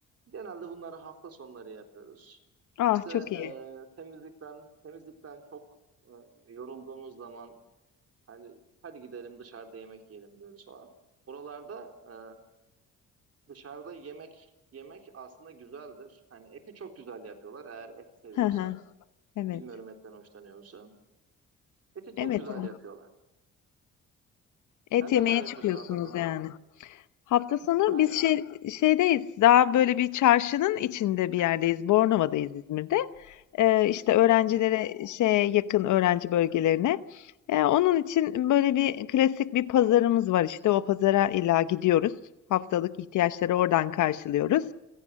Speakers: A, on the right (about 50°); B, on the left (about 75°).
A: Genelde bunları hafta sonları yapıyoruz.
B: Ah
A: İşte
B: çok
A: e,
B: iyi.
A: temizlikten temizlikten çok e, yorulduğumuz zaman hani hadi gidelim dışarıda yemek yiyelim diyoruz falan. Buralarda e, Dışarıda yemek yemek aslında güzeldir. Hani eti çok güzel yapıyorlar eğer et seviyorsan.
B: Hı hı. Evet.
A: Bilmiyorum etten hoşlanıyor musun? Eti çok
B: Evet,
A: güzel
B: evet.
A: yapıyorlar.
B: Et
A: Sen
B: yemeye
A: neler yapıyorsun
B: çıkıyorsunuz
A: hafta sonları?
B: yani. Hafta sonu
A: E, Aynen.
B: biz şey, şeydeyiz. Daha böyle bir çarşının içinde bir yerdeyiz. Bornova'dayız İzmir'de. Ee, işte öğrencilere
A: Hı hı.
B: şeye yakın öğrenci bölgelerine. Ee, onun için böyle bir klasik bir pazarımız var işte. O pazara illa gidiyoruz. Haftalık ihtiyaçları oradan karşılıyoruz.